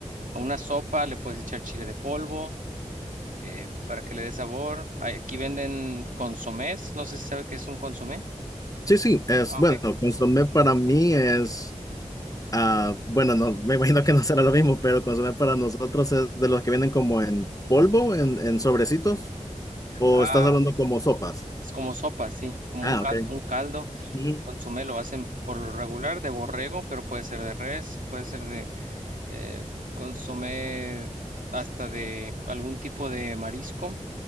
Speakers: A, on the right; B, on the left.
A: A una sopa le puedes echar chile de polvo, eh, para que le dé sabor. Ah, Aquí venden consomés, no sé si sabe qué es un consomé.
B: Sí, sí, es
A: Ah,
B: bueno,
A: ok.
B: consomé para mí es, ah, bueno, no, me imagino que no será lo mismo, pero consomé para nosotros es de los que vienen como en polvo, en, en sobrecitos, o
A: Ah,
B: estás hablando
A: ok.
B: como sopas.
A: Es como sopa, sí, como
B: Ah,
A: un caldo,
B: ok.
A: un caldo.
B: Ujú,
A: Consomé lo hacen por lo regular de borrego, pero puede ser de res, puede ser de eh, consomé hasta de algún tipo de marisco,